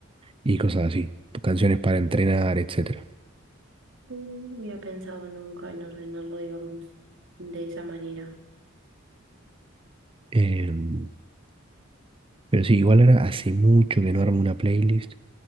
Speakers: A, on the right; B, on the right.
A: y cosas así, canciones para entrenar, etcétera.
B: Mm, No había pensado nunca en ordenarlo, digamos, de esa manera.
A: Em, pero sí, igual ahora hace mucho que no armo una playlist,